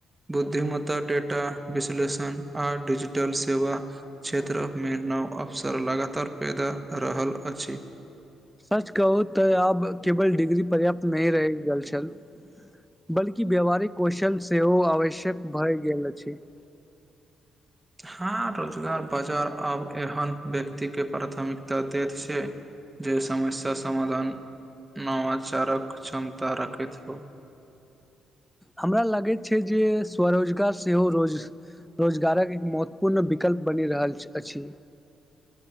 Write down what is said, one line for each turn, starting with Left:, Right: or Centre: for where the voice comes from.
Right: बुद्धिमत्ता डेटा विश्लेषण आ डिजिटल सेवा क्षेत्रमे नव अवसर लगातार पैदा रहल अछि
Centre: सच कहू तऽ आब केवल डिग्री पर्याप्त नहि रहै जलछल बल्कि व्यावहारिक कौशल सेहो आवश्यक भए गेल अछि <inaudible>
Right: हँ रोजगार बाजार आब एहन व्यक्तिके प्राथमिकता दैत छै जे समस्या समाधान नवाचारक क्षमता राखैत हो
Centre: हमरा लागैत छै जे स्वरोजगार सेहो रोज रोजगारक एक महत्वपूर्ण विकल्प बनि रहल अछि